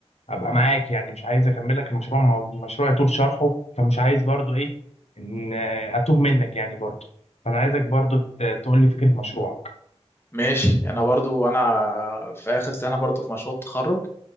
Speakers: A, on the left (about 75°); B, on the left (about 20°).
A: ابقى معاك يعني مش عايز اكمل لك المشروع ما هو المشروع يطول شرحه فمش عايز برضو ايه ان اتوه منك يعني برضو فانا عايزك برضو ت- تقول لي فكره مشروعك
B: ماشي انا برضو انا في اخر سنه برضو في مشروع التخرج